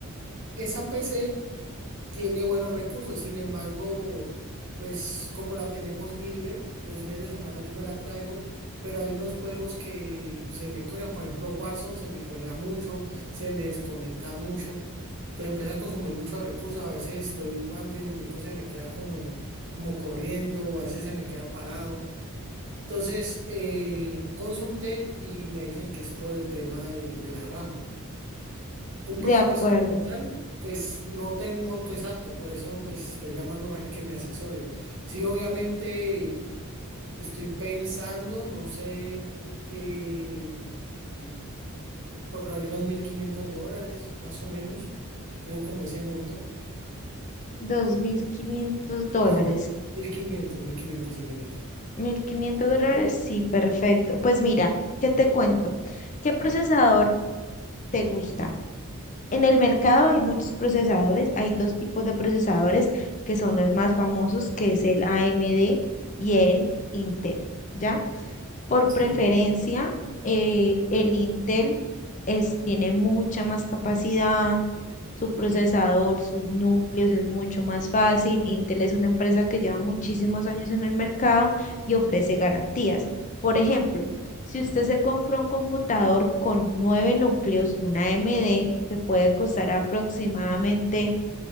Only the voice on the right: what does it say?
Esa PC tiene buenos recursos. Sin embargo, pues como la tenemos libre, los fines de semana yo me la traigo, pero hay unos juegos que se me cuelgan. Por ejemplo, Warzone se me cuelga mucho, se me desconecta mucho. Entonces empieza a consumir muchos recursos. A veces estoy jugando y el muñeco se me queda como, como corriendo o a veces se me queda parado. Entonces eh, consulté y me dicen que es por el tema de, de la RAM. Un
presupuesto
como tal, pues no tengo un monto exacto, por eso pues estoy llamando para que me asesore. Sí, obviamente estoy pensando, no sé, eh, eh, por ahí los 1.500 dólares, más o menos. Tengo como ese monto.
No, mil quinientos mil quinientos señorita.
Sí,